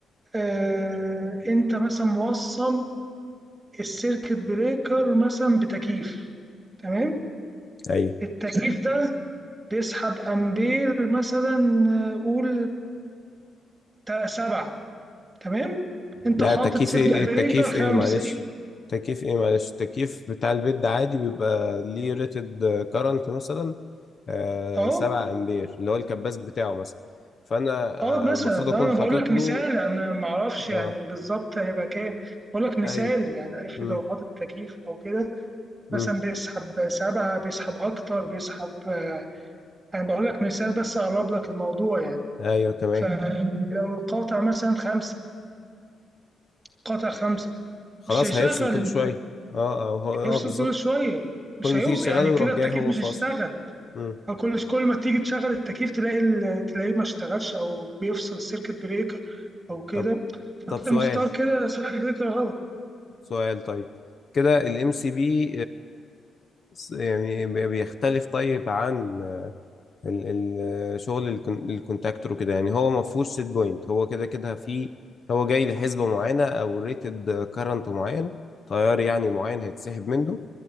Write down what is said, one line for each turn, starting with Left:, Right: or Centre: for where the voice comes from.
Right: آه انت مثلا موصل السيركت بريكر مثلا بتكييف تمام
Left: ايوه
Right: التكييف ده بيسحب امبير مثلا آه، قول آه، سبعة تمام انت
Left: لا
Right: حاطط
Left: تكييف
Right: سيركت
Left: ايه ايه
Right: بريكر
Left: التكييف
Right: خمسة
Left: ايه معلش تكييف ايه معلش التكييف بتاع البيت ده عادي بيبقى ليه ريتد كارنت مثلا آه
Right: اهو
Left: 7 امبير اللي هو الكباس بتاعه مثلا فانا
Right: اه
Left: آه
Right: مثلا
Left: المفروض
Right: انا
Left: اكون حاطط
Right: بقول لك
Left: له
Right: مثال انا ما اعرفش يعني
Left: اه
Right: بالظبط هيبقى كام بقول لك مثال
Left: ايوه
Right: يعني اخر
Left: مم.
Right: لو حاطط تكييف او كده
Left: مم.
Right: مثلا بيسحب سبعة بيسحب اكتر بيسحب آه، انا بقول لك مثال بس اقرب لك الموضوع يعني
Left: ايوه تمام
Right: فلو القاطع مثلا خمسة قاطع خمسة
Left: خلاص
Right: مش هيشغل
Left: هيفصل كل شويه اه اه, هو- آه
Right: هيفصل
Left: بالظبط
Right: كل شوية مش
Left: كل ما
Right: هيوصل
Left: تيجي تشغله
Right: يعني كده
Left: يروح جاي
Right: التكييف
Left: هو
Right: مش
Left: فاصل
Right: هيشتغل
Left: مم.
Right: كل كل ما تيجي تشغل التكييف تلاقي ال- تلاقيه ما اشتغلش او بيفصل السيركت بريكر او كده
Left: طب
Right: فانت
Left: طب سؤال
Right: مختار كده سيركت بريكر غلط
Left: سؤال طيب كده الام سي بي يعني بيختلف طيب عن ال- ال- شغل الكون- الكونتاكتور وكده يعني هو ما فيهوش سيت بوينت هو كده كده في هو جاي لحسبة معينة او ريتد كارنت معين تيار يعني معين هيتسحب منه